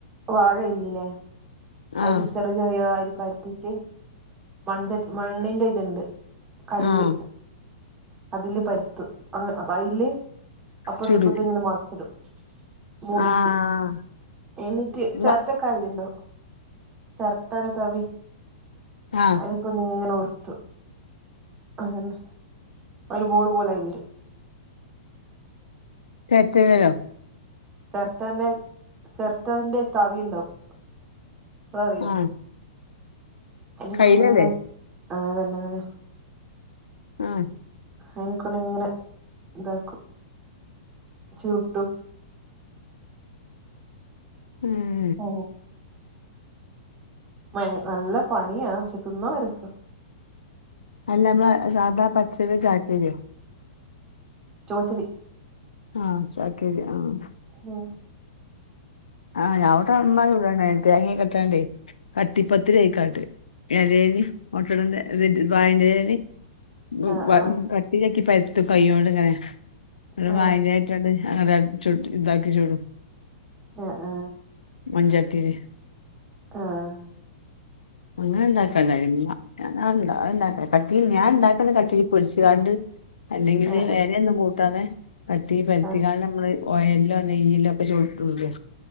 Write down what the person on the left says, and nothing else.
ആഹ്
ആഹ്
ചുടു
ആഹ്
വ
ആഹ്
ചെരട്ടയില്ലല്ലോ
ആഹ്
കയ്യിലല്ലേ
ഉം
ഉം
അല്ല പ്പസാധാ പച്ചരിയോ ചാക്കരിയോ
ആഹ് ചാക്കരി ആഹ്
ആ ഞാനതവിട്ന്നാ ചുടണേ തേങ്ങേക്കിട്ടാണ്ടേ കട്ടിപ്പത്തിരിയായിക്കാണ്ട് എലേല് ഓട്ടടന്റെ തെറ്റ് വായന്റെലേല് <unintelligible>
കിഴിയാക്കിപരത്തും കയോണ്ട് ഇങ്ങനെ ഒരു
വായേന്റെ ഇല ഇതാക്കി ചുടും
മൺചട്ടില്
അങ്ങനെ ഇണ്ടാക്കനായിരുന്നു <unintelligible> ഞാന് ഞാനുണ്ടാക്ക പത്തിരി ഞാനുണ്ടാക്കുന്ന പത്തിരി പൊരുച്ചു ങ്ങാണ്ട് അല്ലെങ്കില്
ഇലയൊന്നും കൂട്ടാതെ പത്തിരി പരുത്തികാണ്ട്
നമ്മള് ഓയലോ നെയ്യയിലോ ഒക്കെ ചുട്ടുല്